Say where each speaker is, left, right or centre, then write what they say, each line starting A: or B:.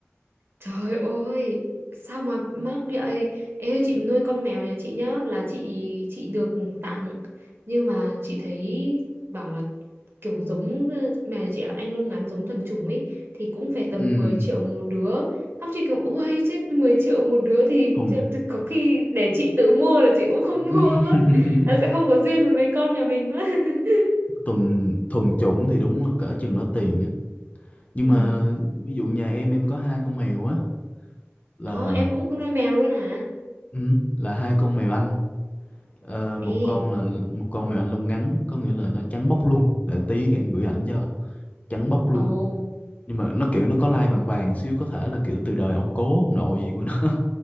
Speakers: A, on the right (about 55°); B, on the left (about 30°).
A: Trời ơi, sao mà mắc vậy? Em ơi, chị nuôi con mèo nhà chị nhá, là chị chị được tặng. Nhưng mà chị thấy bảo là kiểu giống ờ, mèo nhà chị là anh lông ngắn giống thuần chủng ấy thì cũng phải tầm
B: ừ,
A: 10 triệu một đứa. Xong chị kiểu ôi chết 10 triệu một đứa thì
B: thuần
A: ch- ch- có khi để chị tự mua là chị cũng không
B: <laughs>
A: <laughs> mua mất. Là sẽ không có duyên với mấy con nhà mình mất. <laughs>
B: thuần thuần chủng thì đúng là cỡ chừng đó tiền nhưng
A: Ừ.
B: mà ví dụ nhà em em có hai con mèo á là
A: Ờ, em cũng nuôi mèo luôn hả?
B: ừ, là hai con mèo Anh Ờ, một
A: Ê.
B: con là một con mèo Anh lông ngắn có nghĩa là nó trắng bóc luôn để tí em gửi ảnh cho trắng bóc luôn
A: Ồ.
B: nhưng mà nó kiểu nó có lai vàng vàng xíu có thể là kiểu từ đời ông cố ông nội gì của nó <laughs>